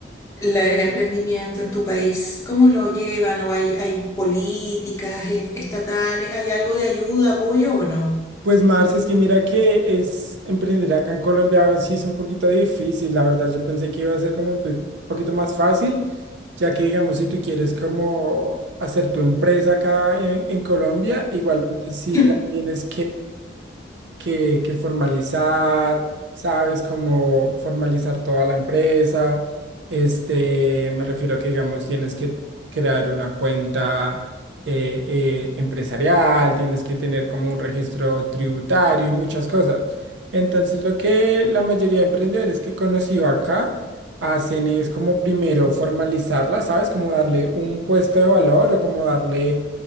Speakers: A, on the left; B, on the right.
A: la- el emprendimiento en tu país? ¿Cómo lo llevan? ¿O hay, hay políticas eh, estatales? ¿Hay algo de ayuda, apoyo o no?
B: Pues Marce, es que mira que es emprender acá en Colombia sí es un poquito difícil, la verdad. Yo pensé que iba a ser como un pe- poquito más fácil, ya que digamos si tú quieres como hacer tu empresa acá en, en Colombia, igualmente sí
A: <clears throat>
B: la tienes que, que formalizar, ¿sabes? Como formalizar toda la empresa. Este, me refiero a que, digamos, tienes que crear una cuenta eh, eh, empresarial, tienes que tener como un registro tributario y muchas cosas. Entonces, lo que la mayoría de emprendedores que he conocido acá hacen es como primero formalizarla, ¿sabes? Como darle un puesto de valor o como darle